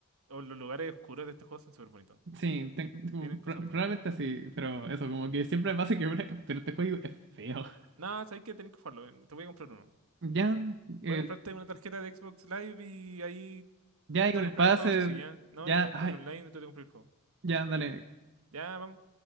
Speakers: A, on the right (about 80°); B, on the right (about 55°).
A: o los lugares oscuros de este juego son súper bonitos.
B: sí, ten- como
A: Tienen cosas
B: pro-
A: buenas.
B: probablemente sí, pero eso, como que siempre me pasa que una captura de este juego es feo.
A: No, sabes que tenés que jugarlo. eh, Te voy a comprar uno.
B: Ya, eh,
A: voy a comprarte una tarjeta de Xbox Live y ahí
B: ya y
A: tú
B: con
A: te
B: el
A: compras
B: pase,
A: el juego, así ya. No,
B: ya,
A: yo te compro
B: ay,
A: el online y tú te compras el juego.
B: ya, dale.
A: Ya, vamos.